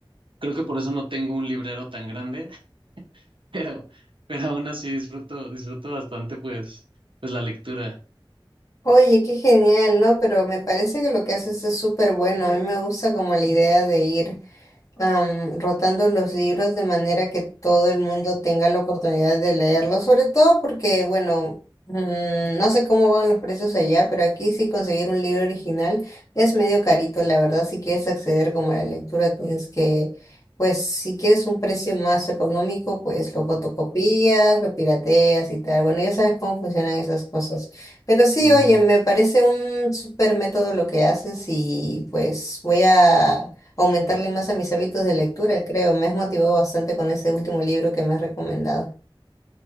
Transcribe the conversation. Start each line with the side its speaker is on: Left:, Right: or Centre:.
Right: creo que por eso no tengo un librero tan grande, <laughs> pero, pero aún así disfruto, disfruto bastante pues, pues la lectura.
Left: Oye, qué genial, ¿no? Pero me parece que lo que haces es súper bueno. A mí me gusta como la idea de ir. am, rotando los libros de manera que todo el mundo tenga la oportunidad de leerlos, sobre todo porque, bueno, mm, no sé cómo van los precios allá, pero aquí sí conseguir un libro original es medio carito, la verdad, si quieres acceder como a la lectura, tienes que, pues si quieres un precio más económico, pues lo fotocopias, lo pirateas y tal. Bueno, ya sabes cómo funcionan esas cosas. Pero sí,
Right: Sí.
Left: oye, me parece un súper método lo que haces y pues voy a aumentarle más a mis hábitos de lectura, creo. Me has motivado bastante con ese último libro que me has recomendado.